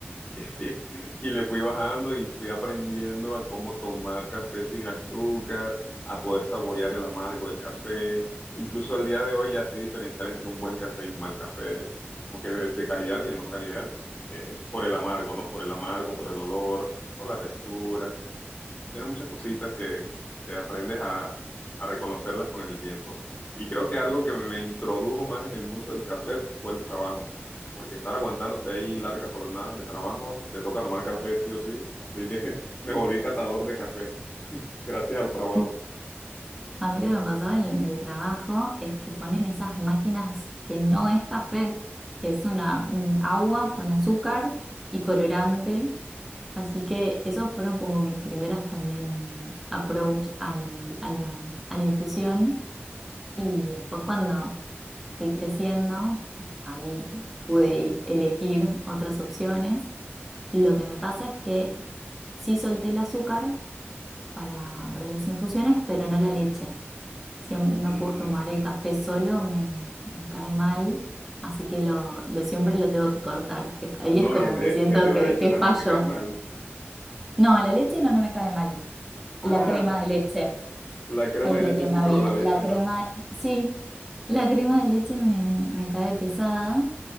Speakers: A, on the left; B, in the centre.
A: <laughs> Y le fui bajando y fui aprendiendo a cómo tomar café sin azúcar, a poder saborear el amargo del café. Incluso al día de hoy ya sé diferenciar entre un buen café y un mal café, como que de, de calidad y de no calidad, eh, por el amargo, ¿no? Por el amargo, por el olor, por la textura tiene muchas cositas que, que aprendes a, a reconocerlas con el tiempo. Y creo que algo que me introdujo más en el mundo del café fue el trabajo, porque estar aguantándote ahí largas jornadas de trabajo, te toca tomar café sí o sí, así que <laughs> me volví catador de café, gracias al trabajo.
B: Sí. A mí lo que me pasó en el trabajo es que ponen esas máquinas que no es café, es una un agua con azúcar y colorante. Así que esos fueron como mis primeras también approach al- a la, a la infusión. Y después cuando fui creciendo, ahí pude elegir otras opciones. Lo que me pasa es que sí solté el azúcar para, para las infusiones, pero no la leche siem- no
A: Mm,
B: puedo tomar el café solo, me, me cae mal, así que lo, lo siempre lo tengo que cortar. Es- Ahí
A: no,
B: es como
A: y el de,
B: que siento
A: el de
B: que,
A: la leche
B: que
A: también
B: fallo.
A: te cae mal.
B: No, la leche no, no me cae mal.
A: Ah,
B: La crema de leche
A: la crema
B: es
A: de
B: lo
A: leche
B: que
A: sí,
B: me había.
A: pero la leche
B: La crema,
A: no.
B: sí, la crema de leche me, me cae pesada.